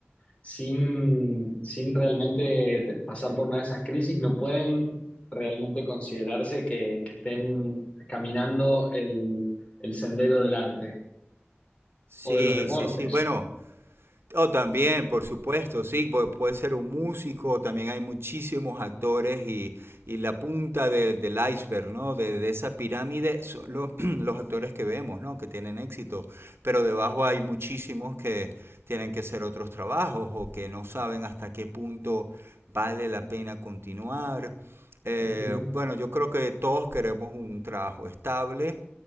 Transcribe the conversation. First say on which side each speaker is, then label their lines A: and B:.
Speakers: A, on the left (about 30°); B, on the right (about 70°).
A: sin, sin realmente te- pasar por una de esas crisis, no pueden realmente considerarse que, que estén caminando el el sendero del arte
B: sí,
A: o de los deportes.
B: sí, sí. Bueno, Oh, también, por supuesto, sí, pu- puede ser un músico, también hay muchísimos actores y, y la punta de- del iceberg, ¿no? De, de esa pirámide son lo- <clears throat> los actores que vemos, ¿no? Que tienen éxito, pero debajo hay muchísimos que tienen que hacer otros trabajos o que no saben hasta qué punto vale la pena continuar. Eh,
A: Ujú,
B: bueno, yo creo que todos queremos un trabajo estable